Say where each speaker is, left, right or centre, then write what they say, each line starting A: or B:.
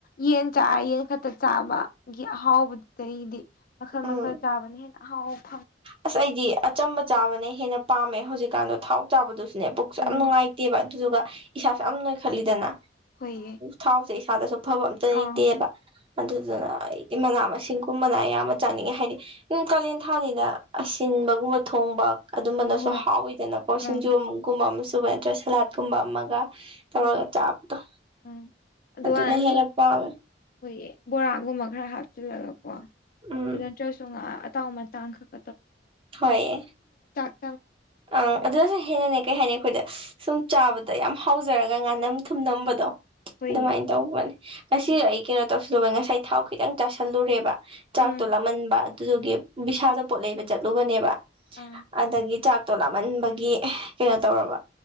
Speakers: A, on the left; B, on the right.
A: ꯌꯦꯟ ꯆꯥꯔ ꯌꯦꯟ ꯈꯛꯇ ꯆꯥꯕꯒꯤ ꯑꯍꯥꯎꯕꯗꯨꯗꯤ ꯃꯈꯥ
B: ꯎꯝ
A: ꯃꯈꯥ ꯍ
B: ꯑꯁ ꯑꯩꯗꯤ ꯑꯆꯝꯕ ꯆꯥꯕꯅ ꯍꯦꯟꯅ ꯄꯥꯝꯃꯦ ꯍꯧꯖꯤꯛꯀꯥꯟꯗꯣ ꯊꯥꯎ ꯆꯥꯕꯗꯨꯁꯨ ꯄꯨꯛꯁꯨ
A: ꯎꯝ
B: ꯌꯥꯝ ꯅꯨꯡꯉꯥꯏꯇꯦꯕ ꯑꯗꯨꯗꯨꯒ ꯏꯁꯥꯁꯨ ꯌꯥꯝ ꯅꯣꯏꯈꯠꯂꯤꯗꯅ
A: ꯍꯣꯏꯌꯦ
B: ꯊꯥꯎ ꯏꯁꯥꯗꯁꯨ ꯐꯕ ꯑꯝꯇ ꯂꯩꯇꯦꯕ
A: ꯑꯥ
B: ꯑꯗꯨꯗꯨꯅ ꯑꯩꯗꯤ ꯃꯅꯥ ꯃꯁꯤꯡꯒꯨꯝꯕꯅ ꯑꯌꯥꯝꯕ ꯆꯥꯅꯤꯡꯉꯦ ꯍꯥꯏꯗꯤ ꯀꯥꯂꯦꯟ ꯊꯥꯅꯤꯅ ꯑꯁꯤꯟꯕꯒꯨꯝꯕ ꯊꯣꯡꯕ ꯑꯗꯨꯝꯕꯅꯁꯨ
A: ꯍꯣꯏ
B: ꯍꯥꯎꯋꯤꯗꯅꯀꯣ ꯁꯤꯡꯖꯣꯝꯒꯨꯝꯕ
A: ꯑꯥ
B: ꯑꯃꯁꯨ ꯑꯗꯨꯨ ꯅꯗ꯭ꯔ ꯁꯂꯥꯠꯀꯨꯝꯕ ꯑꯃꯒ ꯇꯧꯔꯒ
A: ꯍꯣꯏꯌꯦ
B: ꯆꯥꯕꯗꯣ
A: ꯎꯝ ꯑꯗꯨꯀꯥꯟꯗ
B: ꯑꯗꯨꯅ ꯍꯦꯟꯅ
A: ꯁꯨꯝ
B: ꯄꯥꯝꯃꯦ
A: ꯑꯩꯈꯣꯏꯒꯤ ꯕꯣꯔꯥꯒꯨꯝꯕ ꯈꯔ ꯍꯥꯞꯆꯤꯜꯂꯒꯀꯣ ꯑꯗꯨꯗ
B: ꯎꯝ
A: ꯅꯠꯇ꯭ꯔꯁꯨ ꯉꯥ ꯑꯇꯥꯎ ꯃꯆꯥꯡ ꯈꯛ
B: ꯍꯣꯏꯌꯦ
A: <unintelligible>
B: ꯑꯪ ꯑꯗꯨꯅꯁꯨ ꯍꯦꯟꯅꯅꯦ ꯀꯩ ꯍꯥꯏꯅꯤ ꯑꯩꯈꯣꯏꯗ ꯁꯨꯝ ꯆꯥꯕꯗ ꯌꯥꯝ ꯍꯥꯎꯖꯔꯒꯦ ꯉꯥꯅꯝ ꯊꯨꯝꯝꯕꯗꯣ
A: ꯑꯩꯈꯣꯏꯒꯤ
B: ꯑꯗꯨꯃꯥꯏꯅ ꯇꯧꯕꯅꯦ ꯉꯁꯨ
A: ꯎꯝ
B: ꯑꯩ ꯀꯩꯅꯣ ꯇꯧꯁ ꯂꯣꯏ ꯉꯁꯥꯏ ꯊꯥꯎ ꯈꯤꯇꯪ ꯆꯥꯥꯁꯜꯂꯨꯔꯦꯕ
A: ꯎꯝ
B: ꯆꯥꯛꯇꯣ ꯂꯃꯟꯕ ꯑꯗꯨꯗꯨꯒꯤ ꯕꯤꯁꯥꯗ ꯄꯣꯠ ꯂꯩꯕ ꯆꯠꯂꯨꯕꯅꯦꯕ
A: ꯑꯥ
B: ꯑꯗꯒꯤ ꯆꯥꯛꯇꯣ ꯂꯥꯞꯃꯟꯕꯒꯤ ꯀꯩꯅꯣ ꯇꯧꯔꯕ